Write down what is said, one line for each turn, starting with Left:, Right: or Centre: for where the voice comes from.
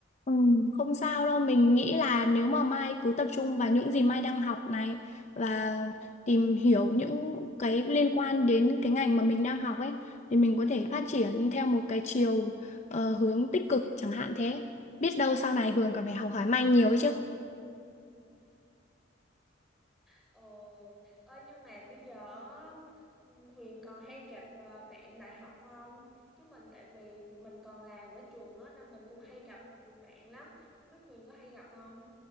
Left: Ừ, không sao đâu, mình nghĩ là nếu mà Mai cứ tập trung vào những gì Mai đang học này và tìm hiểu những cái liên quan đến cái ngành mà mình đang học ấy thì mình có thể phát triển theo một cái chiều ờ, hướng tích cực chẳng hạn thế. Biết đâu sau này Hường còn phải học hỏi Mai nhiều ấy chứ.
Centre: Ờ, ơi nhưng mà bây giờ á, ừm, Huyền còn hay gặp ờ, bạn đại học không? Chứ mình tại vì mình còn làm ở trường á nên mình cũng hay gặp tụi bạn lắm. Không biết Huyền có hay gặp không?